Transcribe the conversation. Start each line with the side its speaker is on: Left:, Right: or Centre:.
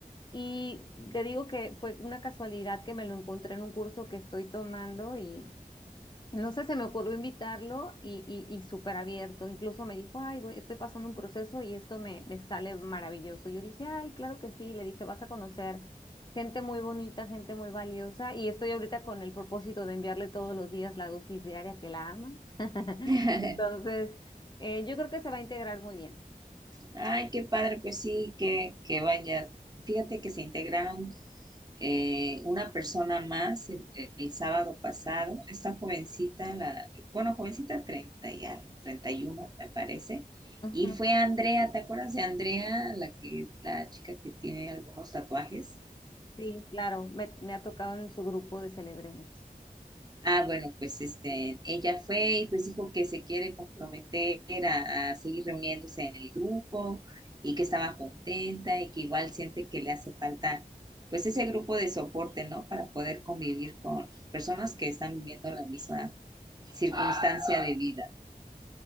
Left: Y te digo que fue una casualidad que me lo encontré en un curso que estoy tomando y no sé, se me ocurrió invitarlo y, y, y súper abierto. Incluso me dijo, ay, voy, estoy pasando un proceso y esto me, me sale maravilloso. Yo dije, ay, claro que sí. Le dije, vas a conocer gente muy bonita, gente muy valiosa. Y estoy ahorita con el propósito de enviarle todos los días la dosis diaria que la ama. <laughs>
Right: <laughs>
Left: Entonces, eh, yo creo que se va a integrar muy bien.
Right: Ay, qué padre, pues sí, que, que vayas. Fíjate que se integraron eh, una persona más el, el sábado pasado, esta jovencita, la, bueno, jovencita 30 y algo, 31 me parece,
Left: Ujú.
Right: y fue Andrea, ¿te acuerdas de Andrea, la que, la chica que tiene algunos tatuajes?
Left: Sí, claro, me, me ha tocado en su grupo de Celebremos.
Right: Ah, bueno, pues este, ella fue y pues dijo que se quiere comprometer a, a seguir reuniéndose en el grupo y que estaba contenta y que igual siente que le hace falta pues ese grupo de soporte, ¿no? Para poder convivir con personas que están viviendo la misma circunstancia de vida.